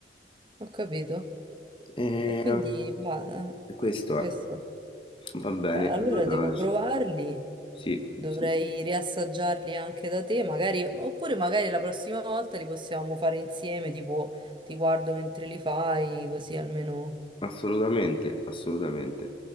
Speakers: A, on the right; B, on the left.
A: Ho capito.
B: Ehm,
A: E quindi, bah, eh,
B: E questo
A: questo.
B: è. Va bene,
A: Beh, allora
B: allora
A: devo provarli,
B: Sì,
A: dovrei
B: sì,
A: riassaggiarli anche da te, magari, oppure magari la prossima volta li possiamo fare insieme, tipo ti guardo mentre li fai, così almeno...
B: assolutamente, assolutamente.